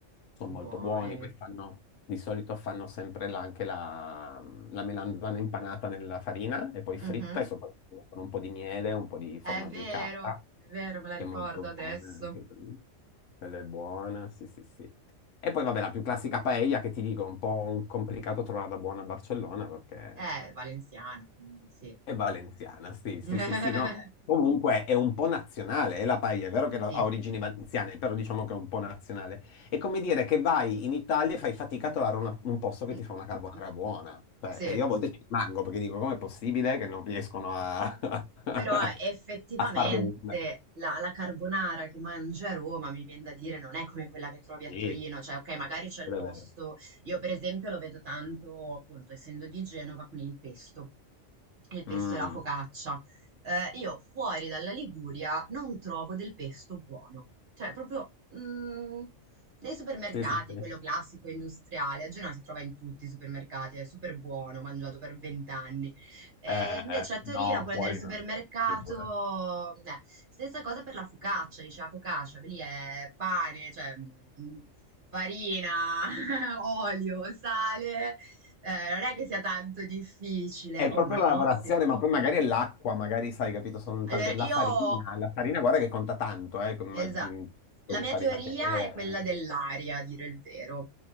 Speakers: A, on the left; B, on the right.
A: sono
B: Buone.
A: molto buoni, poi fanno, di solito fanno sempre la- anche la, la melanzana impanata nella farina e poi fritta
B: Mhm.
A: e sopra ci mettono un po' di miele, un po' di
B: È
A: formaggio
B: vero,
A: di capra,
B: è vero, me la ricordo
A: che è molto
B: adesso.
A: buona, anche quella quella è buona, sì sì sì. E poi vabbè, la più classica paella che ti dico, è un po' un complicato trovarla buona a Barcellona perché
B: È valenziana, quindi sì.
A: è valenziana, sì,
B: <laughs>
A: sì, sì, sì, no. Comunque è un po' nazionale, è la paella, è vero che ha
B: Sì.
A: origini valenziane, però diciamo che è un po' nazionale. È come dire che vai in Italia e fai fatica a trovare una- un posto che
B: Mm,
A: ti fa una carbonara
B: mm,
A: buona. Cioè,
B: Sì.
A: eh, io a volte ci rimango perché dico, com'è possibile che non riescono a, <laughs>
B: Però eh, effettivamente
A: a farne una?
B: la la carbonara che mangi a Roma, mi vien da dire, non è come quella che trovi a
A: Sì,
B: Torino, cioè ok, magari c'è
A: quello
B: il posto,
A: è vero.
B: io per esempio lo vedo tanto, appunto, essendo di Genova, con il pesto, il pesto
A: Mm,
B: e la focaccia. Eh, io fuori dalla Liguria non trovo del pesto buono, cioè proprio mm, nei supermercati,
A: sì, sì, sì. Eh,
B: quello classico industriale, a Genova si trova in tutti i supermercati, è super buono, mangiato per vent'anni e
A: eh,
B: invece
A: eh,
B: a Torino,
A: No,
B: quella
A: fuori
B: del supermercato,
A: no, figurati.
B: eh, stessa cosa per la focaccia, dice la focaccia, lì è pane, cioè mh, farina, <laughs> olio, sale, eh, non è che sia tanto difficile.
A: È
B: Oh,
A: proprio
B: ma non
A: la lavorazione,
B: si...
A: ma poi magari è l'acqua, magari sai, capito, sono
B: Allora,
A: tante... La
B: io
A: farina, la farina guarda che conta tanto, eh, con ma-
B: Esa
A: mm, tipo
B: la
A: di
B: mia
A: farina
B: teoria
A: che è.
B: è quella
A: eh.
B: dell'aria, a dire il vero.